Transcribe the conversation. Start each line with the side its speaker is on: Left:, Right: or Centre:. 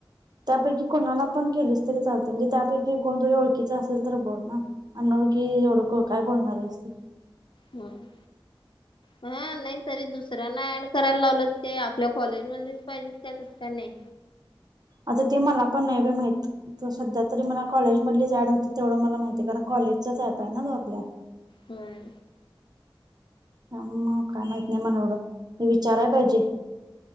Right: त्यापैकी कोणाला पण केलीच तरी चालते म्हणजे त्यापैकी कोण तरी ओळखीचा असेल तर बोल ना अनोळखी एवढ को काय बोलणार हाईस ते
Left: होय. हा नाही तरी दुसऱ्यांना ऍड करायला लावलं ते आपल्या कॉलेजमध्येच पाहिजेत त्या तस का नाही?
Right: आता ते मला पण नाही बाई माहिती तो सध्या तरी मला कॉलेजमधली जाॅड होते तेवढं मला माहिती आहे, कारण कॉलेजचाच ॲप आहे ना तो आपल्या.
Left: होय
Right: हम्म मग काय माहित नई मला एवढ. ते विचाराय पाहिजे,